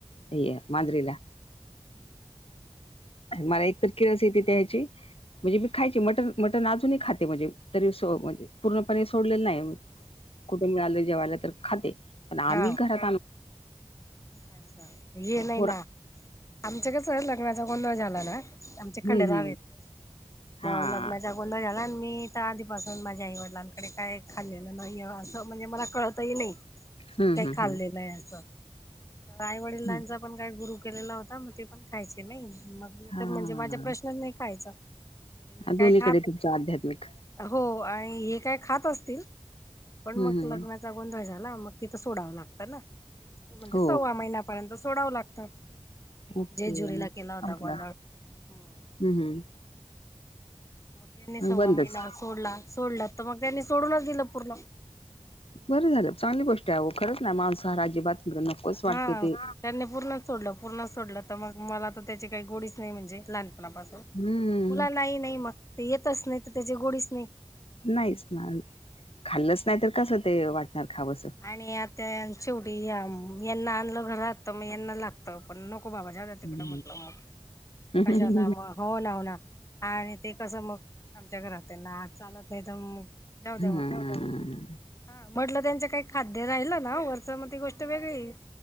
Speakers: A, on the left; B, on the left.
A: येय मांजरीला. आण मला एक तर किळस येते त्या ह्याची म्हणजे मी खायचे मटन मटन अजूनही खाते म्हणजे तरीे सो म पूर्णपणे सोडलेलं नाय. कुठून मिळालं जेवायला तर खाते पण आम्ही
B: हा
A: घरात आण
B: अच्छा ये नाही
A: पोरा
B: ना. आमच कस लग्नाचा गोंधळ झाला ना, आमचे खंडेरावेत
A: हं हं
B: मग
A: हां
B: लग्नाच्या गोंधळ झाला आणि मी तर आधीपासून माझ्या आई वडिलांकडे काय खाल्लेलं नाहीये असं म्हणजे मला कळतही नाय. कि
A: हं
B: मी काही
A: हं
B: खाल्लेलं
A: हं
B: आहे अस, आई वडिलांचा
A: हं.
B: पण काही गुरु केलेला हो आता मग ते पण खायचे नाय मग मी
A: हां.
B: तर म्हणजे माझ्या प्रश्नच नाही खायचा मी काय
A: दोन्हीकडे
B: खात
A: तुमचं आध्यात्मिक
B: हो आणि हे काय खात असतील पण मग
A: हं हं
B: लग्नात चा गोंधळ झाला मग तिथं सोडावं लागतं ना म्हणजे
A: हो
B: सव्वा महिन्यापर्यंत सोडावं लागतं.
A: ओके
B: जेजुरीला
A: मग
B: केला
A: संपला
B: होता गोंधळ हम्म.
A: हं हं
B: त्यांनी
A: मग
B: सव्वा
A: बंदच.
B: महिना सोडला सोडला तर मग त्यांनी सोडूनच दिलं पूर्ण.
A: बरं झालं चांगली गोष्टी आहे अहो खरंच ना मांसाहाराची अजिबात मला नकोच वाटते
B: हा
A: ते.
B: त्यांनी पूर्णच सोडलं पूर्णच सोडलं तर मग मला तर त्याची काय गोडीच नाय म्हणजे लहानपणापासून.
A: हम्म
B: मुलांना ही नाई मग ते येतच नाय तर त्याची गोडीच नाय.
A: नाहीच ना खाल्लच
B: त्याच्यामुळे
A: नाय तर कस ते वाटणार खावंस.
B: आणि आता यान शेवटी ह्या यांना आणलं घरात त मग यांना लागत. पण नको बाबा ज्यादा तिकड
A: हम्म
B: म्हटलं मग
A: हम्म.
B: कशाला मग हो ना हो ना आणि ते कसं मग आमच्या घरात त्यांना आ चालत नाय तर मग जाऊ
A: हम्म
B: द्या म्हटलं
A: हम्म हम्म.
B: हा म्हटलं त्यांचं काय खाद्य राहिलं ना वरच मग ती गोष्ट वेगळीये.